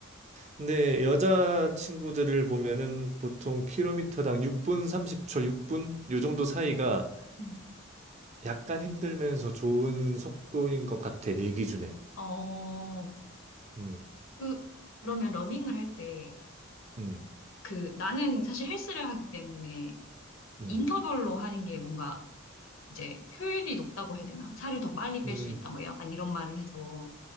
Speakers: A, on the right (about 30°); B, on the left (about 70°).
A: 근데 여자 친구들을 보면은 보통 킬로미터당 6분 30초, 6분 요 정도 사이가
B: 음.
A: 약간 힘들면서 좋은 속도인 것 같아, 내 기준에.
B: 어,
A: 음,
B: 그, 그러면 러닝을 할 때,
A: 음,
B: 그, 나는 사실 헬스를 하기 때문에
A: 음,
B: 인터벌로 하는 게 뭔가 이제 효율이 높다고 해야 되나? 살을 더 빨리 뺄
A: 음,
B: 수 있다, 뭐 약간 이런 말을 해서.